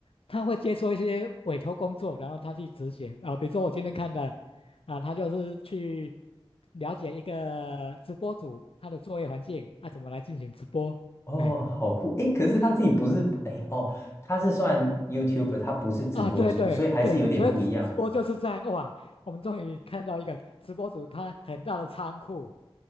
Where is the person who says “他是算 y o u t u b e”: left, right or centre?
Left